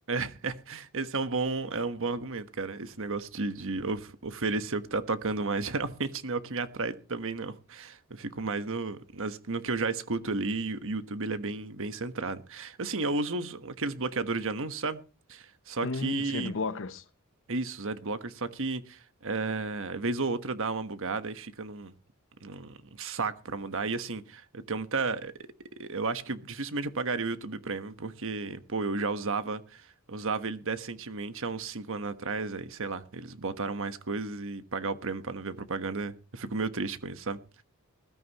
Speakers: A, on the right; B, on the left.
A: <laughs> Esse é um bom, é um bom argumento, cara. Esse negócio de, de of- oferecer o que tá tocando mais, <laughs> geralmente não é o que me atrai também, não. Eu fico mais no, nas- no que eu já escuto ali, e o YouTube ele é bem, bem centrado. Assim, eu uso uns- aqueles bloqueadores de anúncios, sabe? Só
B: Hum,
A: que
B: sim, adblockers.
A: isso, os adblockers, só que eh, vez ou outra dá uma bugada e fica num, num saco pra mudar. E assim, eu tenho muita. Eu acho que dificilmente eu pagaria o YouTube Premium, porque, pô, eu já usava, usava ele decentemente há uns 5 anos atrás, aí, sei lá, eles botaram mais coisas e pagar o prêmio pra não ver a propaganda, eu fico meio triste com isso, sabe?